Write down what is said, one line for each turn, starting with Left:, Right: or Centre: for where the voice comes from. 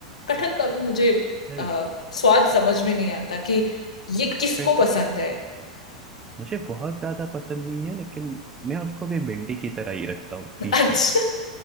Left: कटहल का भी मुझे
Right: फिर
Left: आ, स्वाद समझ में नहीं आता कि ये किसको
Right: फिर
Left: पसंद है
Right: मुझे बहुत ज्यादा पसंद नहीं है लेकिन मैं उसको भी भिंडी की तरह ही रखता हूँ
Left: <laughs>
Right: बीच
Left: अच्छा
Right: में